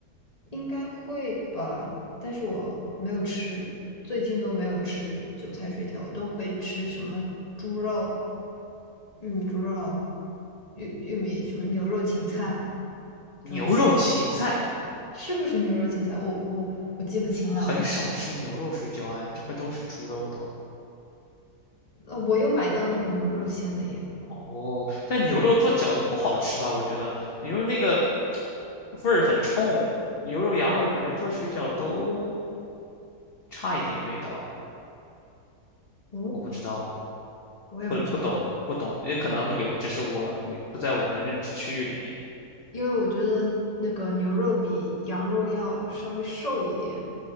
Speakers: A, on the left; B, on the left.
A: 应该会吧？但是我没有吃，最近都没有吃韭菜水饺，我都会吃什么猪肉、玉米猪肉、玉玉米什么牛肉芹菜
B: 牛肉芹菜
A: 这种馅，是不是牛肉芹菜？我我我记不清了。
B: 很少吃牛肉水饺，哎，这边都是猪肉的。
A: 呃，我有买到那个牛肉馅的耶，
B: 哦，但牛肉做饺子不好吃吧？
A: 嗯，
B: 我觉得牛肉那个味儿很冲，牛肉、羊肉，我感觉做水饺都差一点味道，哎，
A: 哦，
B: 我不知道，
A: 我也不知道。
B: 不不懂，不懂，也可能会有，只是我没不在我的认知区域里面。
A: 因为我觉得那个牛肉比羊肉要稍微瘦一点，